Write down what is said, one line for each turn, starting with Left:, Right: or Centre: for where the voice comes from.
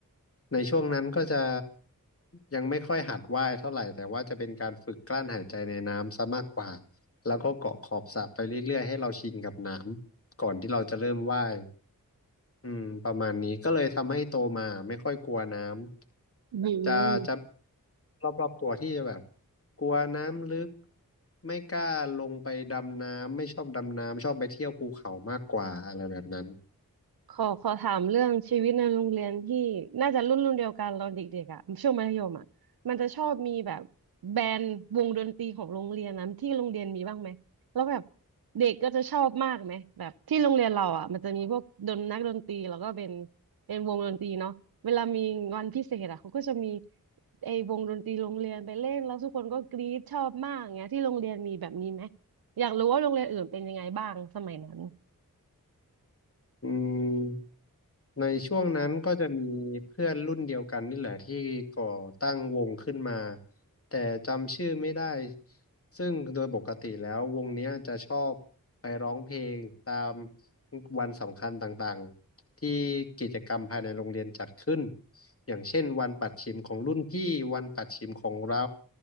Left: ในช่วงนั้นก็จะยังไม่ค่อยหัดว่ายเท่าไหร่แต่ว่าจะเป็นการฝึกกลั้นหายใจในน้ำซะมากกว่าแล้วก็เกาะขอบสระไปเรื่อยๆให้เราชินกับน้ำก่อนที่เราจะเริ่มว่าย อืมประมาณนี้ก็เลยทำให้โตมาไม่ค่อยกลัวน้ำจะจะ
Right: อืม
Left: รอบๆตัวที่จะแบบกลัวน้ำลึกไม่กล้าลงไปดำน้ำไม่ชอบดำน้ำชอบไปเที่ยวภูเขามากกว่าอะไรแบบนั้น
Right: ขอขอถามเรื่องชีวิตในโรงเรียนที่น่าจะรุ่นรุ่นเดียวกันเราเด็กๆอ่ะช่วงมัธยมอ่ะมันจะชอบมีแบบแบนด์วงดนตรีของโรงเรียนนะที่โรงเรียนมีบ้างไหมแล้วแบบเด็กก็จะชอบมากไหมแบบที่โรงเรียนเราอ่ะมันจะมีพวกดนนักดนตรีแล้วก็เป็นเป็นวงดนตรีเนาะเวลามีวันพิเศษอ่ะเขาก็จะมีไอ้วงดนตรีโรงเรียนไปเล่นแล้วทุกคนก็กรี๊ดชอบมากเงี้ยที่โรงเรียนมีแบบนี้ไหมอยากรู้ว่าโรงเรียนอื่นเป็นยังไงบ้างสมัยนั้น
Left: อืม ในช่วงนั้นก็จะมีเพื่อนรุ่นเดียวกันนี่แหละที่ก่อตั้งวงขึ้นมาแต่จำชื่อไม่ได้ซึ่งโดยปกติแล้ววงเนี้ยจะชอบไปร้องเพลงตามวันสำคัญต่างๆที่กิจกรรมภายในโรงเรียนจัดขึ้นอย่างเช่นวันปัดฉิมของรุ่นพี่วันปัดฉิมของเรา